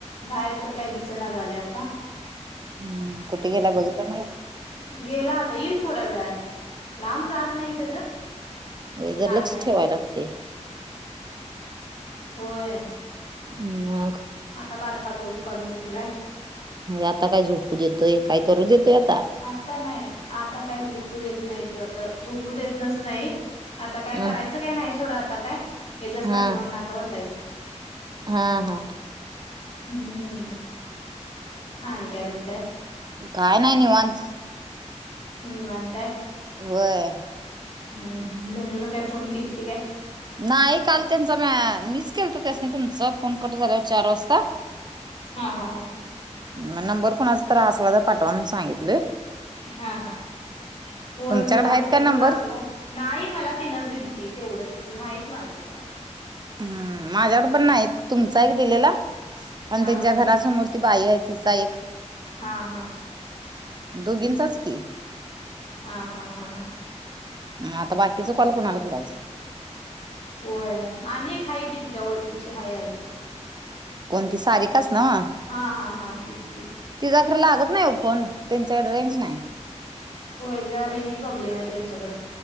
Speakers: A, on the left; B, on the right.
A: बाहेर तर काही दिसना झालंय आता
B: हम्म कुठे गेला बघितलं ना
A: गेला आता येईल थोड्या वेळान लांब जात नाही खरं
B: हो जर
A: नाही
B: लक्ष
A: नाही
B: ठेवायला लागते
A: होय
B: ह्
A: आता बारका झोप काढून उठलाय
B: आता काय झोपू देतोय काय करू देतोय आता
A: आता नाही आता काही झोपू देत नाही तू आता झोपू देत नाहीच नाही आता काय करायचं
B: अ
A: काय नाही सोडं आता काय हच्यास
B: हा
A: पाठी म्हगून आता बसायचं
B: हा हा
A: हम् हम्म हा न काय म्हणताय
B: काय नाही निवांत
A: निव अंत
B: वय
A: हम् धनु न काय फोन केली ती काय
B: नाही काल त्यांचा म मिस केलतो त्यासनी तुमचा फोन कट झाल्यावर चार वाजता
A: हा हा हा
B: मग नंबर कोणाचा त्रासला तर पाठवा म्हण सांगितलं
A: हा हा बोल
B: तुमच्याकडे
A: मला
B: आहेत
A: पण
B: का
A: एक
B: नंबर
A: लागणार नाही मला तिनंच दिल त तेवढंच किन नाहीत माझं कुणाकडे
B: हम माझ्याकड पण नाही तुमचा एक दिलेला आणि
A: हा
B: त्यांच्या
A: हा.
B: घरासमोर ती बाई आहे तिचा एक
A: हा हा
B: दोघींचाच की
A: हा हा हा हा
B: आता बाकीच कॉल कोणाला करायचा
A: होय अनेक हा कि तिच्या ओळखीचे आहेा अनेक
B: कोणती सारी काच ना वा
A: हा हा हा तीच की
B: तिचाक लागत नाही फोन त्यांच्याकडे रेंज नाही
A: होय जा रेंज प्रॉब्लेम आहे त्यांच्याकड